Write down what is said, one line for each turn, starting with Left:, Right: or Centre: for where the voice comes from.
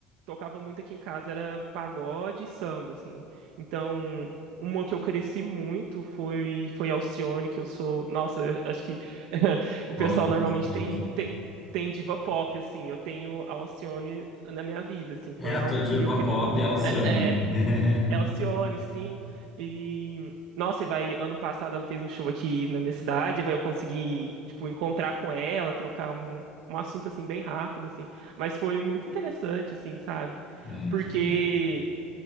Right: tocava muito aqui em casa era pagode e samba, assim. Então, uma que eu cresci muito foi, foi Alcione, que eu sou... Nossa, eu acho que <laughs> o
Left: Gosto
Right: pessoal normalmente
Left: bastante.
Right: tem, tem, tem diva pop, assim, eu tenho a Alcione na minha vida, assim,
Left: É,
Right: foi
Left: a
Right: algo
Left: tua diva
Right: que eu queria...
Left: pop é a Alcione.
Right: é,
Left: <laughs>
Right: é, é Alcione, sim. E, nossa, e vai, ano passado ela fez um show aqui na minha cidade, e vai eu consegui, tipo, encontrar com ela, trocar um, um assunto, assim, bem rápido, assim. Mas foi muito interessante, assim, sabe?
Left: É,
Right: Porque,
Left: que legal.